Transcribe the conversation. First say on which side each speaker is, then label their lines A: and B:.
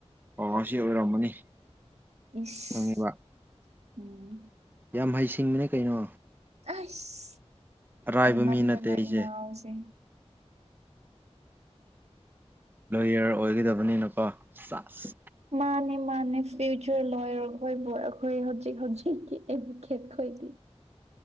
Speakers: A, on the right (about 20°); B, on the right (about 75°).
A: ꯑꯥꯁꯤ ꯑꯣꯏꯔꯝꯃꯅꯤ
B: ꯏꯁ
A: ꯈꯪꯉꯦꯕ
B: ꯎꯝ
A: ꯌꯥꯝ ꯍꯩꯁꯤꯡꯕꯅꯦ ꯀꯩꯅꯣ
B: ꯑꯁ
A: ꯑꯔꯥꯏꯕ
B: ꯍꯩꯃꯟꯗꯅ
A: ꯃꯤ ꯅꯠꯇꯦ ꯑꯩꯁꯦ
B: ꯏꯅꯥꯎꯁꯦ
A: ꯂꯣꯌꯔ ꯑꯣꯏꯒꯗꯕꯅꯤꯅꯀꯣ ꯁꯥꯁ
B: ꯃꯥꯅꯦ ꯃꯥꯅꯦ ꯐ꯭ꯌꯨꯆꯔ ꯂꯣꯏꯣꯌꯔ ꯑꯩꯈꯣꯏꯕꯨ ꯑꯩꯈꯣꯏ ꯍꯧꯖꯤꯛ ꯍꯧꯖꯤꯛꯀꯤ ꯑꯩꯕꯨ ꯈꯦꯠꯈꯣ ꯑꯩꯈꯣꯏꯗꯤ